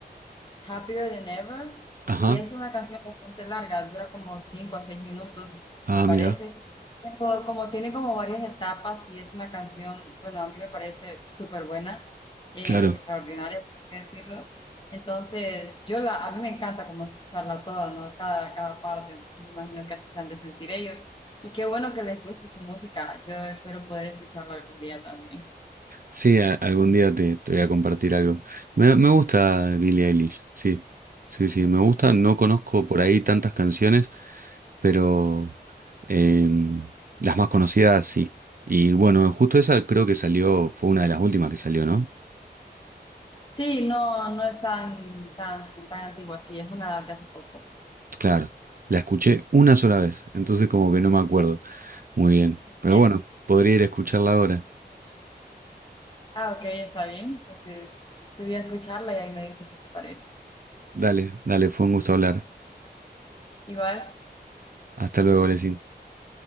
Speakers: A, on the left; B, on the right.
A: Happier Than Ever,
B: Ajá.
A: y es una canción bastante larga, dura como 5 a 6 minutos,
B: Ah,
A: me parece.
B: mira,
A: Pero como tiene como varias etapas y es una canción, bueno, a mí me parece súper buena, eh,
B: claro.
A: extraordinaria, por así decirlo. Entonces, yo la, a mí me encanta como escucharla toda, ¿no? Cada, cada parte, entonces me imagino que así se han de sentir ellos. Y qué bueno que les guste su música, yo espero poder escucharla algún día también.
B: Sí, a- algún día te, te voy a compartir algo. Me, me gusta Billie Eilish, sí. Sí, sí, me gusta. No conozco por ahí tantas canciones, pero em, las más conocidas sí. Y bueno, justo esa creo que salió, fue una de las últimas que salió, ¿no?
A: Sí, no, no es tan, tan, tan antigua, sí, es una de hace poco.
B: Claro, la escuché una sola vez, entonces como que no me acuerdo muy bien. Pero
A: Sí,
B: bueno, podría ir a escucharla ahora.
A: Ah, ok, está bien. Entonces, te voy a escucharla y ahí me dices qué te parece.
B: Dale, dale, fue un gusto hablar.
A: Igual,
B: Hasta luego, Lesin.